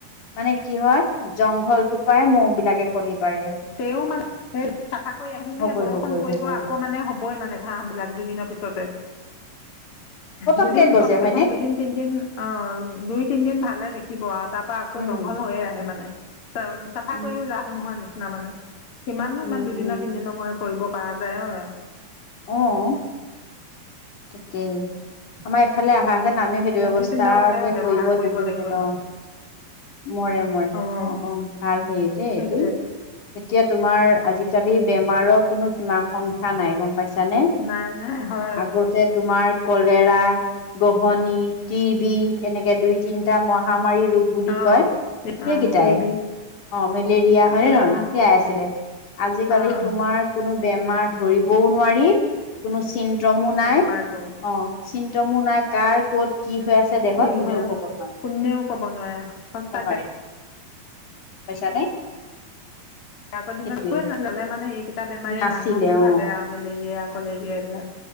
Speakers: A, on the left (about 60°); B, on the left (about 40°).
A: মানে কি হয় জংঘলটো পায় মহ' বিলাকে কণী পাৰে।
B: তেও মানে চাফা কৰি আহিমহে
A: হ'বই
B: বৰষুণ
A: হ'বই
B: পৰিব
A: হ'বই
B: আকৌ মানে হ'বই মানে ঘাঁহ বিলাক দুদিনৰ পিছতে
A: পতককে
B: দুদিন
A: গজে
B: কমচ
A: হয়নে
B: কম দুদিন তিনদিন অ', দুই তিনদিন ভালে দেখিব আৰু তাৰ পৰাা আকৌ
A: উম
B: জংঘল হৈয়ে আহে মানে। চ চাফা
A: উম
B: কৰিও লাভ নোহোৱা নিচিনা মানে কিমাননো
A: উম
B: ইমান দুদিনৰ
A: উম
B: তিনিদিনৰ মই কৰিব পৰা যায় হয়।
A: অ', তাকে। আমাৰ এইফালে আহাহেঁতেন আমিও সেইটো
B: ভেকচিন
A: ব্যৱস্থে
B: ব্যৱহাৰ
A: কৰিব দিলোহেঁতেন
B: লাগিব এবাৰ
A: অ'। মৰে, মৰে অ',
B: অঁ
A: অ', ভাল হেইট এইটো
B: সেইটোৱে
A: এতিয়া তোমাৰ আজিকালি বেমাৰৰ কোনো সীমা সংখ্যা নাই গ'ম পাইছে। জানে
B: নাই নাই হয়
A: আগতে তোমাৰ কলেৰা গহনি টি বি এনেকে দুই তিনটা মহামাৰী ৰোগ বুলি
B: অঁ
A: কয় সেইকেইটাই
B: অঁ টিভি
A: অ', মেলেৰিয়া হয়নে
B: অঁ
A: নহয় সেয়াই আছিলে আজিকালি
B: অঁ
A: তোমাৰ কোনো বেমাৰ ধৰিবও নোৱাৰি কোনো চিন্ত্ৰমো নাই
B: মো <unintelligible>
A: অ', চিন্তমো নাই কাৰ ক'ত কি হৈ আছে দেহত
B: কি
A: কোনেও
B: হয়
A: কব নোৱাৰে,
B: কোনেও ক'ব নোৱাৰে সঁচাকে
A: কব নোৱাৰে। পাইছানে?
B: আগৰ দিনত
A: সেইটোৱে
B: একোৱে <unintelligible> মানে সেইকেইটা বেমাৰে
A: নাছিলে
B: ডাঙৰ বুলি
A: অ
B: ভাবে আও। মেলেৰিয়া কলেৰিয়া এইবিলাক,